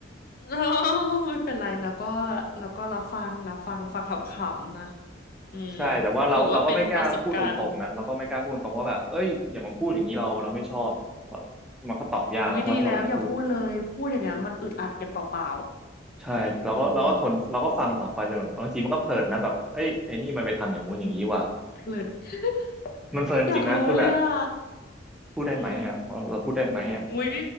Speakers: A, on the left; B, in the centre.
A: อ๋อ <laughs> ไม่เป็นไรแล้วก็แล้วก็รับฟังรับฟังฟังขำๆนะ อืม
B: ใช่แต่ว่าเราเราก็ไม่กล้าพูดตรงๆนะเราก็ไม่กล้าพูดตรงว่าแบบเอ้ยอย่ามาพูดอย่างนี้เราเราไม่ชอบ
A: ถือว่าเป็นประสบการณ์อืม
B: มันก็ตอบยากนะเพราะถ้าเราไปพูด
A: อุ๊ยดีแล้วอย่าพูดเลยพูดอย่างนั้นมันอึดอัดกันเปล่า
B: ใช่เราก็เราก็ทนเราก็ฟังต่อไปจนแบบบางทีมันก็เพลินนะแบบเอ้ยไอ้นี่มันไปทำอย่างงู้นอย่างนี้ว่ะ
A: ๆ อืมเพลิน <laughs>
B: มันเพลินจริงนะคือแบบ
A: อยากรู้เลยอ่ะ
B: พูดได้ไหมอ่ะเราเราพูดได้ไหมอ่ะ
A: อืมอุ๊ย